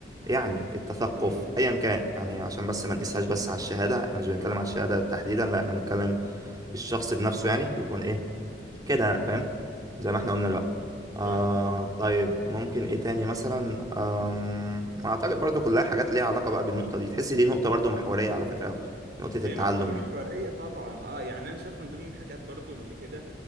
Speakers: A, on the right (about 20°); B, on the right (about 60°).
A: يعني التثقف
B: امم
A: ايا كان يعني عشان بس ما نقيسهاش بس على الشهاده احنا مش بنتكلم
B: اه
A: على الشهاده تحديدا لا احنا بنتكلم الشخص بنفسه يعني يكون ايه كده يعني، فاهم زي ما احنا قلنا بقى آه
B: فاهمك آه.
A: طيب ممكن ايه تاني مثلا آم، اعتقد برضو كلها حاجات ليها علاقة بقى بالنقطة دي تحس دي نقطة برضو محورية على فكرة أوي. نقطة التعلم
B: هي نقطة محورية
A: دي
B: طبعا اه يعني انا شايف من ضمن الحاجات برضو اللي كده